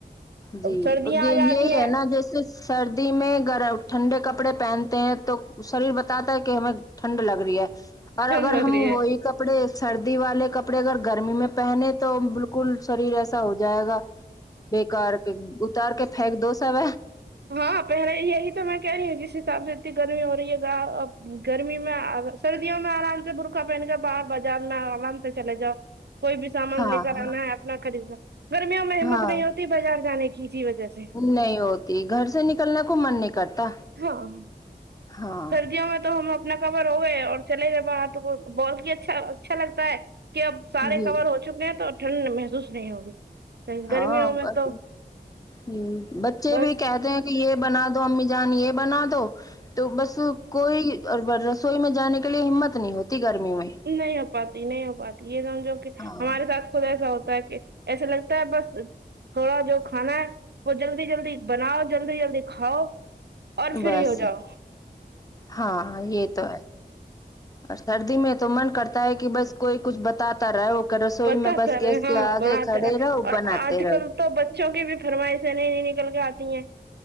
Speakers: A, on the left (about 20°); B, on the right (about 75°).
A: جی
B: سردیاں
A: یہی
B: آ جاتی ہیں
A: ہے نا جیسے سردی میں گرم ٹھنڈے کپڑے پہنتے ہیں تو شریر بتاتا ہے کہ ہمیں ٹھنڈ لگ رہی ہے اور
B: ٹھنڈ
A: اگر
B: لگ
A: ہم
B: رہی ہے
A: وہی کپڑے سردی والے کپڑے اگر گرمی میں پہنے تو بالکل شریر ایسا ہو جائے گا کار کے اتار کے پھینک دو سب
B: ہاں پہلے یہی تو میں کہہ رہی ہوں جس حساب سے اتنی گرمی ہو رہی ہے گا اب گرمی میں سردیوں میں آرام سے برقہ پہن کے باہر بازار میں آرام سے چلے جاؤ کوئی بھی سامان
A: ہاں
B: لے کر
A: ہاں
B: آنا ہے اپنا خریدنا گرمیوں میں ہمت
A: ہاں
B: نہیں ہوتی بازار جانے کی اسی وجہ سے
A: نہیں ہوتی گھر سے نکلنے کو من نہیں کرتا
B: ہاں
A: ہاں
B: سردیوں میں تو ہم اپنا کمبل اڑے اور چلے گئے باہر تو بہت ہی اچھا اچھا لگتا ہے کہ اب سارے
A: جی
B: کور ہو چکے ہیں تو ٹھنڈ محسوس نہیں ہوگی
A: ہاں
B: گرمیوں میں
A: بس
B: تو
A: ہمم بچے
B: بس
A: بھی کہتے ہیں یہ بنا دو امی جان یہ بنا دو تو بس کوئی رسوئی میں جانے کے لیے ہمت نہیں ہوتی گرمی میں
B: نہیں ہو پاتی نہیں ہو پاتی یہ سمجھو کہ
A: ہاں
B: ہمارے ساتھ خود ایسا ہوتا ہے کہ ایسا لگتا ہے بس تھوڑا جو کھانا ہے وہ جلدی جلدی بناؤ جلدی جلدی کھاؤ اور فری
A: بس
B: ہو جاؤ
A: ہاں یہ تو اور سردی میں تو من کرتا ہے کہ بس کوئی کچھ بتا تا رہےکہ رسوئی
B: بتاتا
A: میں بس
B: رہے
A: گیس
B: ہاں
A: کے آگے
B: بناتا
A: کھڑے
B: رہے
A: رہو
B: اور
A: بناتے
B: آج
A: رہو
B: کل تو بچوں کی بھی فرمائشیں نئی نئی نکل کے آتی ہیں